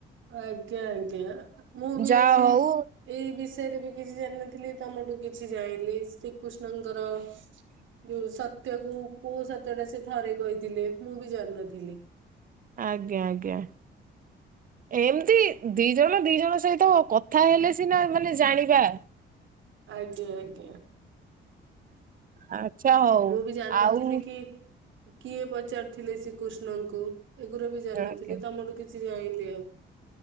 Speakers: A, on the right (about 75°); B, on the right (about 45°).
A: ଆଜ୍ଞା ଆଜ୍ଞା ମୁଁ ବି
B: ଯାହା
A: ଆଜି
B: ହଉ
A: ଏଇ ବିଷୟରେ ବି କିଛି ଜାଣିନଥିଲି ତମଠୁ କିଛି ଜାଣିଲି ଶ୍ରୀକୃଷ୍ଣଙ୍କର ଯୋଉ ସତ୍ୟ କୁ କୋଉ ସତ୍ଯ ତଟା ସେ ଥରେ କହିଥିଲେ ମୁଁ ବି ଜାଣିନଥିଲି।
B: ଆଜ୍ଞା ଆଜ୍ଞା। ଏମିତି ଦି ଜଣ ଦି ଜଣ ସହିତ କଥା ହେଲେ ସିନା ମାନେ ଜାଣିବା।
A: ଆଜ୍ଞା ଆଜ୍ଞା।
B: ଆଚ୍ଛା ହଉ
A: ମୁଁ ବି ଜାଣିନଥିଲି
B: ଆଉ
A: କି କିଏ ପଚାରିଥିଲେ ଶ୍ରୀକୃଷ୍ଣଙ୍କୁ ଏଗୁରୁ ବି ଜାଣିନଥିଲି
B: ଆଜ୍ଞା।
A: ତମଠୁ କିଛି ଜାଣିଲି ଆଉ।